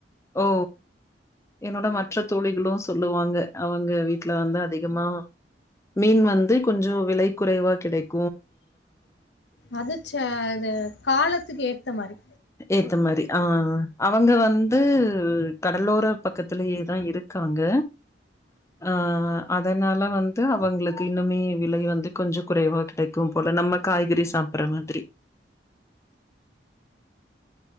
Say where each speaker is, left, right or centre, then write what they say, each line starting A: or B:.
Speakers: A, on the left; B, on the left.
A: ஓ என்னோட மற்ற தோழிகளு சொல்லுவாங்க அவங்க வீட்ல வந்து அதிகமா மீன் வந்து கொஞ்சொ விலை குறைவா கிடைக்
B: அது ச இது காலத்துக்கு ஏத்த மாரி
A: ஏத்த மாரி ஆ அ அவங்க வந்து கடலோர பக்கத்திலயேதா இருக் காங்க ஆ அதனால வந்து அவங்களுக்கு இன்னுமே விலை வந்து கொஞ்ச குறைவா கிடைக்கும் போல நம்ம காய்கறி சாப்பற மாதிரி